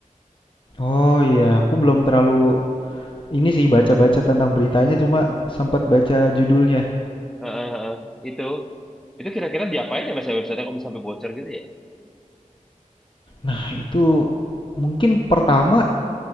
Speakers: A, on the left (about 40°); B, in the centre.
A: Oh iya, aku belum terlalu Ini sih baca-baca tentang beritanya cuma sempat baca judulnya.
B: Eh, eh, eh, itu itu kira-kira diapain ya mas ya websitenya kok bisa sampai bocor gitu ya?
A: Nah, itu mungkin pertama